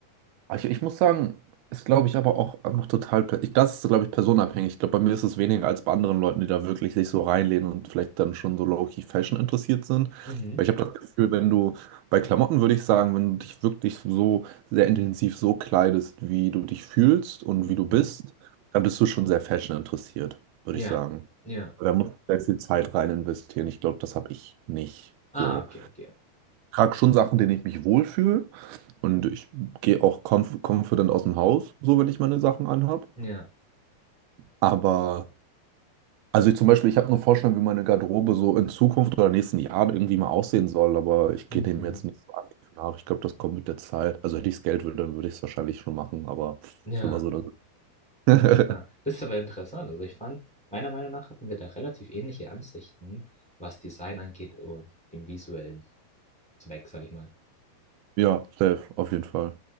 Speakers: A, on the right; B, in the centre.
A: Ich, ich muss sagen, ist glaube ich aber auch einfach total, per- ich- das ist glaube ich personenabhängig. Ich glaube, bei mir ist es weniger als bei anderen Leuten, die da wirklich sich so reinlehnen und vielleicht dann schon so low-key Fashion interessiert sind.
B: Mhm,
A: Weil ich habe das Gefühl, wenn du bei Klamotten würde ich sagen, wenn du dich wirklich so sehr intensiv so kleidest, wie du dich fühlst und
B: mhm.
A: wie du bist, dann bist du schon sehr Fashion interessiert, würde
B: Ja,
A: ich sagen.
B: ja.
A: Da musst du sehr viel Zeit rein investieren. Ich glaube, das habe ich nicht
B: Ah,
A: so
B: okay, okay.
A: trage schon Sachen, denen ich mich wohlfühle. Und ich gehe auch conf confident aus dem Haus, so wenn ich meine Sachen anhab.
B: Ja,
A: Aber, also ich zum Beispiel, ich habe eine Vorstellung, wie meine Garderobe so in Zukunft oder nächsten Jahren irgendwie mal aussehen soll, aber ich
B: mhm.
A: gehe dem jetzt nicht so aktiv nach. Ich glaube, das kommt mit der Zeit. Also hätte ich das Geld, würde, dann würde ich es wahrscheinlich schon machen, aber
B: Ja.
A: ist immer so eine.
B: Aha.
A: <laughs>
B: Das ist aber interessant. Also ich fand, meiner Meinung nach hatten wir da relativ ähnliche Ansichten, was Design angeht und dem Visuellen. Zweck, sag ich mal.
A: Ja, safe, auf jeden Fall.